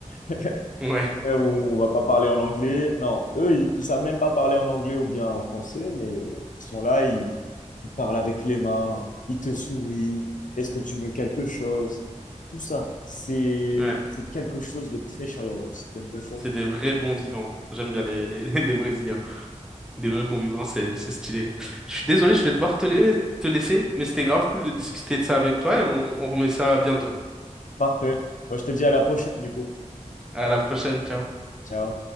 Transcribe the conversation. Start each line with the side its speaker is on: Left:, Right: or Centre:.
Left: <laughs>
Centre: <laughs> Ouais,
Left: où on va pas parler en anglais. Non, eux, ils, ils savent même pas parler en anglais ou bien en français, mais ils sont là, ils parle avec les mains, il te sourit, est-ce que tu veux quelque chose? Tout ça, c'est
Centre: ouais.
Left: c'est quelque chose de très chaleureux, c'est quelque chose.
Centre: C'est des vrais bons vivants. J'aime bien les, les, <laughs> les les Brésiliens. Des vrais bons vivants, c'est, c'est stylé. Je suis désolé, je vais devoir te, la- te laisser, mais c'était grave cool de discuter de ça avec toi et on on remet ça bientôt.
Left: Parfait. Moi, je te dis à la prochaine, du coup.
Centre: À la prochaine, ciao.
Left: Ciao.